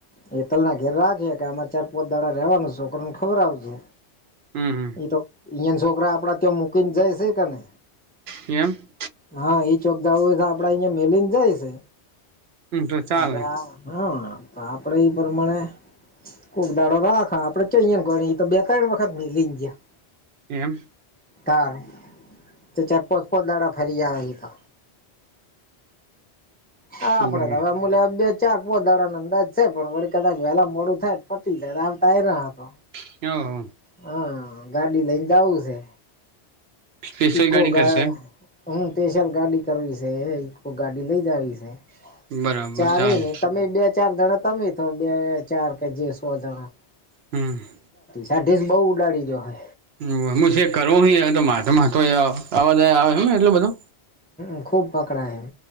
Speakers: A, on the left; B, on the right.
A: હેતલ ના ઘેર રાખે કે અમારે ચાર પોચ દાડા રેવાનુંસ છોકરાને <unintelligible>
B: હમ હમ
A: એ તો અંયાના છોકરા આપડા ત્યાં મૂકીને જાય છે કે ને
B: એમ
A: હા ઈ ચોકદાવુંય તો આપડે અહિયાયા મેલીને જાય છે
B: હમ તો ચાલે
A: એટલે આ હા તો આપડે ઈ પ્રમાણે કોક દાડો રાખા આપડે ચઈ ગ તો બે ત્રણ વખત લઈને ગયા
B: એમ
A: તાર તો ચાર પાંચ પાચ દાડા ફરી જ આવે તો હ આપડે
B: બરાબર
A: તો હવે મુલા ચાર પો દાડાને અંદાજ છે પણ વળ કદાચ વહેલા મોડું થાય પટી જાય આવતા ના હતો
B: હ હ
A: હા હા ગાડી લઈને જાવું છે
B: સ્પેશિયલ
A: ઇકો
B: ગાડી
A: ગા
B: કરશે એમ
A: હું સ્પેશલ ગાડી કરવી છે ઈકો ગાડી લઇ જાવી છે
B: બરાબર
A: ચારે
B: ચાલે
A: ને તમે બે ચાર જણા તમે તો બે ચાર કે જે સો જણા
B: હમ
A: સાઢીસ બઉ ઉડાડી જો હ
B: હ હું છે કરું હોહી તો માથે માથ આવા જ આવેને એટલો બધો
A: હ ખૂબ પકડા એ